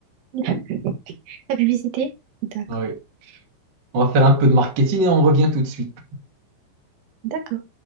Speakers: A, on the right; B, on the right.
A: <laughs> La publicité? D'accord.
B: Oui. On va faire un peu de marketing et on revient tout de suite.
A: D'accord.